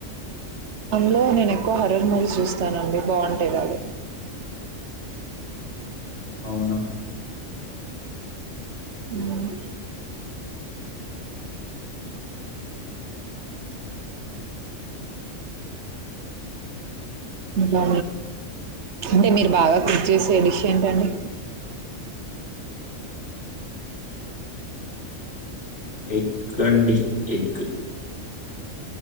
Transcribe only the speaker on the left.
అవును
ఎగ్ అండి ఎగ్